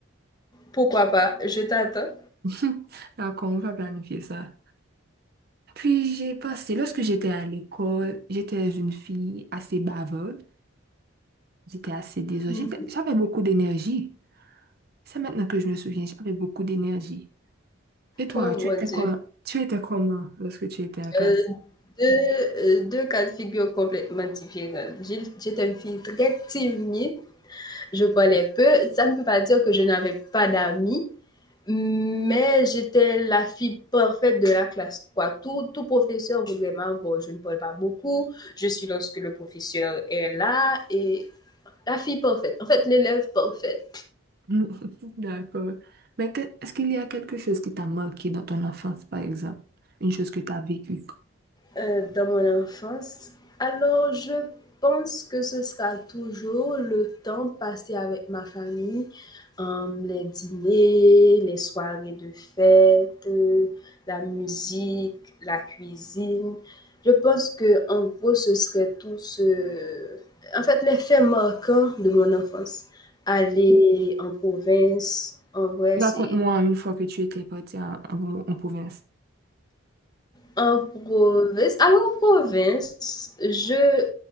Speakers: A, on the left; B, on the right.
A: Pourquoi pas? Je t'attends.
B: <laughs> D'accord, on va planifier ça. Puis, j'ai passé, lorsque j'étais à l'école, j'étais une fille assez bavarde. J'étais assez désordre.
A: Mmh
B: J'étais- J'avais beaucoup d'énergie. C'est maintenant que je me souviens, j'avais beaucoup d'énergie. Et toi,
A: Oh
B: tu
A: mon
B: étais
A: Dieu,
B: quoi, tu étais comment lorsque tu étais en classe?
A: heu, 2 heu, 2 cas de figure complètement différents. J'ai j'étais une fille très timide, je parlais peu. Ça ne peut pas dire que je n'avais pas d'amis, mais j'étais la fille parfaite de la classe, quoi. Tout tout professeur voudrait m'avoir. Je ne parle pas beaucoup, je suis lorsque le professeur est là et La fille parfaite. En fait, l'élève parfaite
B: <laughs> D'accord. Mais que- est-ce qu'il y a quelque chose qui t'a marqué dans ton enfance, par exemple? Une chose que tu as vécue?
A: euh, dans mon enfance. Alors, je pense que ce sera toujours le temps passé avec ma famille, euh, les dîners, les soirées de fête, euh, la musique, la cuisine. Je pense que en gros, ce serait tout ce... En fait, les faits marquants de mon enfance. Aller en province, en vrai,
B: Raconte-moi
A: c'est
B: une fois que tu étais parti en, en- en province.
A: En province, alors en province, je